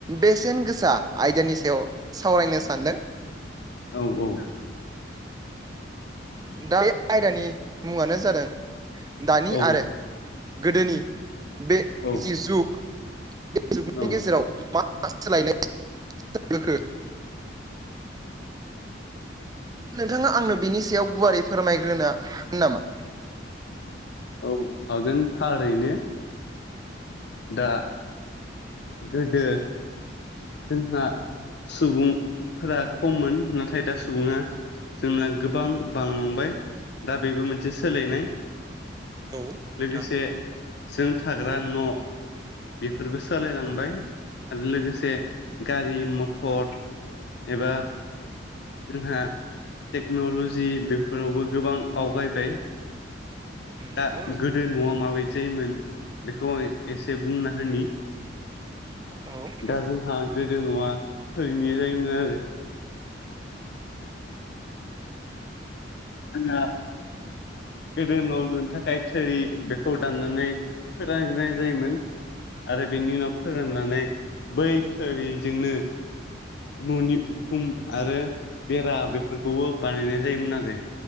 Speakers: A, on the right; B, on the left.
A: बेसेन गोसा आयदानि सायाव सावरायनो सानदों।
B: औ औ।
A: दा बे आयदानि मुङानो जादों दानि
B: औ
A: आरो गोदोनि बे
B: औ
A: जि जुग बे जुगनि
B: औ
A: गेजेराव मा मा सोलायनाय <unintelligible> बोखो नोंथाङा आंनो बिनि सायाव गुवारै फोरमायग्रोनो नामा?
B: औ हागोन थारैनो। दा गोदो जोंहा सुबुंफोरा खममोन नाथाय दा सुबुङा जोंना गोबां बांलांबाय दा बेबो मोनसे सोलायनाय
A: औ नोंथां
B: लोगोसे जों थाग्रा न' बेफोरबो सोलायलांबाय आरो लोगोसे गारि मटर एबा जोंहा टेक्न'ल'जि बेफोरावबो गोबां आवगायबाय। दा
A: नंगौ
B: गोदो न'आ माबायदि जायोमोन बेखौ आं एसे बुंना होनि।
A: औ।
B: दा जोंहा गोदो न'आ थोरनि जायोमोन आरो। आंहा गोदो न' लुनो थाखाय थोरि बेखौ दाननानै फोरानग्रोनाय जायोमोन। आरो बेनि उनाव फोराननानै बै थोरिजोंनो न'नि उखुम आरो बेरा बेफोरखौबो बानायनाय जायोमोन आरो।